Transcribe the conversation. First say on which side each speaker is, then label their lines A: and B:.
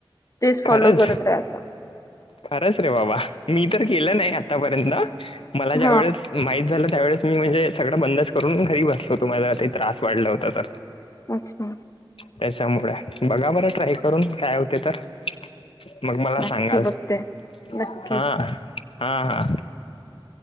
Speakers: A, on the left; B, on the left.
A: तेच फॉलो
B: खरंच
A: करत रहाचां.
B: खरंच रे बाबा मी तर केलं नाही आतापर्यंत मला ज्यावेेळेस
A: हा
B: माहित झालं त्यावेळेस. मी म्हणजे सगळं बंदच करून घरी बसलो होतो माझला ते त्रास वाढला होता तर-
A: अच्छा
B: त्याच्यामुळे बघा बरं ट्राय करून काय होते तर, - मग मला
A: नक्की
B: सांगाल
A: बघते
B: हा
A: नक्की.
B: हा हा.